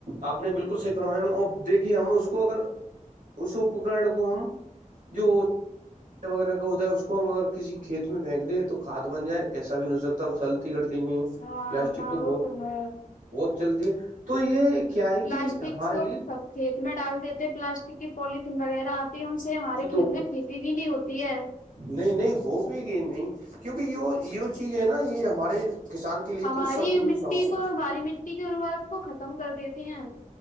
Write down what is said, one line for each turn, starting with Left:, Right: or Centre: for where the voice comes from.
Right: آپ نے بالکل صحیح فرمایا ہم اپ دیکھیے ہم اس کو اگر اس اپکرن کو ہم جو وغیرہ کا ہوتا ہے اس کو ہم اگر کسی کھیت میں پھینک دیں تو کھاد بن جائے ایسا بھی نہیں ہو سکتا چلتی کرتی نہیں ہے
Left: ہاں
Right: پلاسٹک
Left: ہاں
Right: تو
Left: وہ
Right: بہت
Left: ہے
Right: بہت چلتی ہے تو یہ کیا ہے
Left: پلاسٹک
Right: کہ ہمارے
Left: سو
Right: لیے
Left: سب کھیت میں ڈال دیتے پلاسٹک کی پوالتھین وغیرہ ک ہم سے ہمارے
Right: جی
Left: کھیت
Right: تو
Left: میں کھیتی بھی نہیں ہوتی ہے
Right: نہیں نہیں ہو بھی گی نہیں کیونکہ یہ یہ چیز ہے نا یہ ہمارے کسان کے لیے
Left: ہماری
Right: تو شترو
Left: مٹی
Right: کی سامان ہے
Left: کو ہماری مٹی کی ضرورت کو ختم کر دیتے ہیں